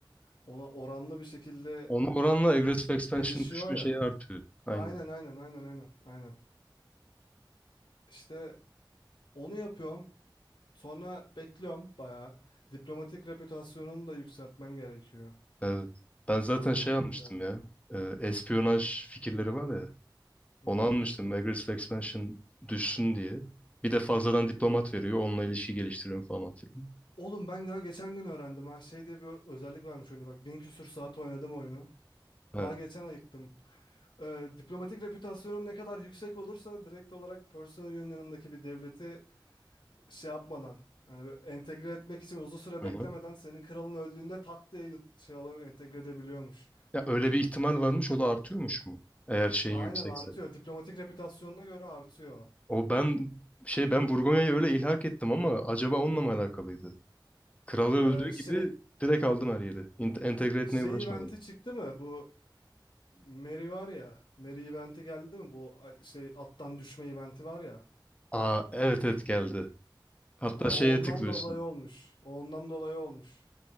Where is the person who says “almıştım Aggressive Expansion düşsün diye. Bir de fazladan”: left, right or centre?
Left